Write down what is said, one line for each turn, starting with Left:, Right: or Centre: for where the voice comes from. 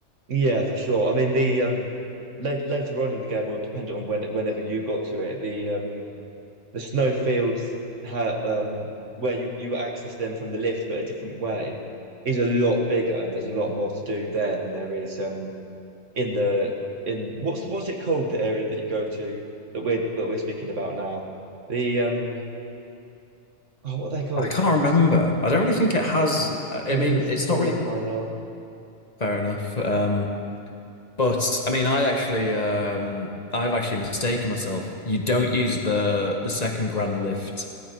Right: yeah, for sure. I mean the um la later on in the game, or depending on when whenever you got to it, the um the snow fields ha um where you you access them from the lift but a different way is a lot bigger and there's a lot more to do there than there is um in the in what's what's it called the area that you go to that we're that we're speaking about now? The um oh, what are they called?
Left: I can't remember.
Right: What's it-
Left: I don't really think it has. I
Right: I'm
Left: mean,
Right: gonna
Left: it's
Right: I'm
Left: not really
Right: gonna find out.
Left: fair enough. Um, But I mean, I actually, um, I've actually mistaken myself. You don't use the the second grand lift